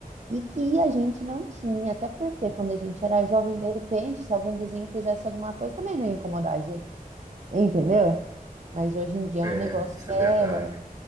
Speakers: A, on the right; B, on the right.
A: e que a gente não tinha, até porque quando a gente era jovem, de repente, se algum vizinho fizesse alguma coisa, também não ia incomodar a gente, entendeu? Mas hoje em dia
B: é,
A: é um negócio
B: isso
A: que
B: é
A: é,
B: verdade.